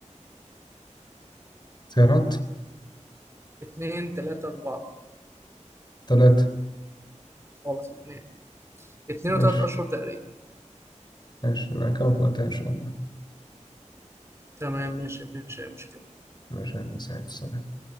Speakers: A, on the left; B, on the right.
A: اختيارات
B: اتنين تلاتة أربعة
A: ثلاثة
B: خلاص اتنين اتنين
A: ماشي
B: وتلات أشهر تقريبا
A: ماشي يبقى كمان فوقتها إن شاء الله
B: تمام ماشي مفيش أي مشكلة
A: ماشي يا هندسة السلام